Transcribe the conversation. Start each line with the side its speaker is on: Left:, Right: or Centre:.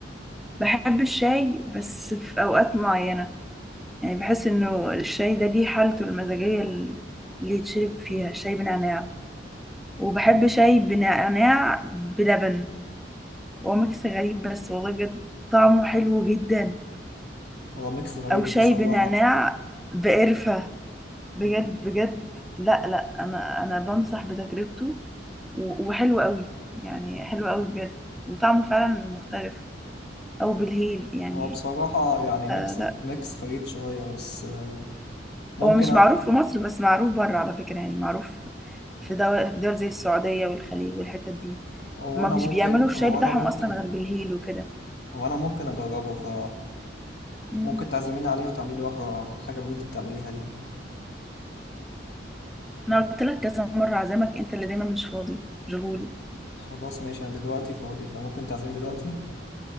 Centre: بحب الشاي بس في اوقات معينة يعني بحس انه الشاي ده ليه حالته المزاجية ال- اللي يتشرب فيها شاي بنعناع وبحب
Left: مم.
Centre: شاي بنعناع بلبن هو ميكس غريب بس والله بجد طعمه حلو جدا
Left: هو ميكس غريب
Centre: او شاي
Left: بصراحة
Centre: بنعناع بقرفة بجد
Left: مم.
Centre: بجد لا لا انا انا بنصح بتجربته و- وحلو قوي يعني حلو قوي بجد وطعمه فعلا مختلف او بالهيل يعني
Left: هو بصراحة يعني ميكس
Centre: آه، لا
Left: ميكس غريب شوية بس آه، ممكن
Centre: هو مش معروف في مصر بس معروف بره على فكرة يعني معروف في دول, في دول زي السعودية والخليج والحتت دي
Left: هو
Centre: هما
Left: انا
Centre: مش
Left: ممكن
Centre: بيعملوا الشاي
Left: هو
Centre: بتاعهم
Left: انا ممكن
Centre: اصلا غير بالهيل وكده
Left: هو انا ممكن اجربه ف
Centre: مم.
Left: ممكن تعزميني عليه وتعملي لي واحده حاجه من اللي انت بتعمليها دي
Centre: انا قلت لك كذا مرة عزامك انت اللي دايما مش فاضي مشغول
Left: خلاص ماشي انا دلوقتي فاضي فممكن تعزميني دلوقتي